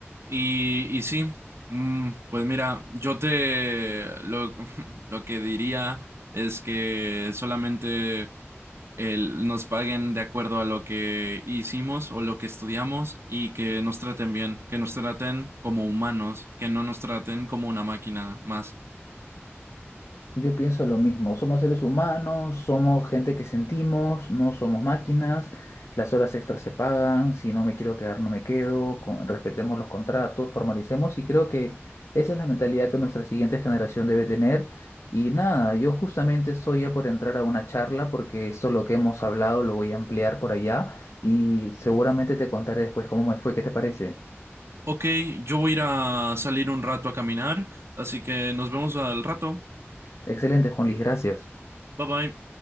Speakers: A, on the right (about 70°); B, on the left (about 85°).
A: Y, y sí, mm, pues mira, yo te lo, <laughs> lo que diría es que solamente el- nos paguen de acuerdo a lo que hicimos o lo que estudiamos y que nos traten bien, que nos traten como humanos, que no nos traten como una máquina más.
B: Yo pienso lo mismo, somos seres humanos, somos gente que sentimos, no somos máquinas, las horas extras se pagan, si no me quiero quedar no me quedo, con- respetemos los contratos, formalicemos y creo que esa es la mentalidad que nuestra siguiente generación debe tener. Y nada, yo justamente estoy ya por entrar a una charla porque esto lo que hemos hablado lo voy a ampliar por allá y seguramente te contaré después cómo me fue, ¿qué te parece?
A: Ok, yo voy a ir a salir un rato a caminar, así que nos vemos al rato.
B: Excelente, Juan Luis, gracias.
A: Bye bye.